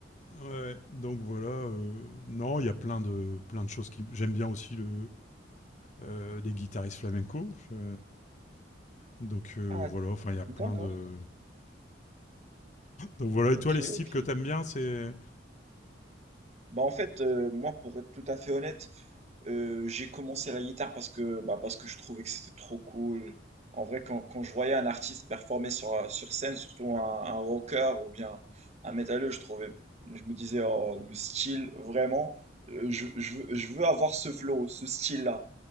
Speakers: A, on the left; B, on the right.
A: Ouais, ouais. donc voilà. euh, non, il y a plein de, plein de choses qui. J'aime bien aussi le, euh, les guitaristes flamenco. je- donc euh,
B: Ah,
A: voilà, enfin, il y a
B: d'accord.
A: plein de. Donc voilà,
B: Ok,
A: et toi, les styles
B: ok.
A: que t'aimes bien, c'est.
B: Bah en fait, euh, moi pour être tout à fait honnête, euh, j'ai commencé la guitare parce que, bah, parce que je trouvais que c'était trop cool. En vrai, quand, quand je voyais un artiste performer sur, sur scène, surtout un, un rocker ou bien un métalleux, je trouvais, je me disais, oh, le style, vraiment, euh, je, je veux je veux avoir ce flow, ce style-là.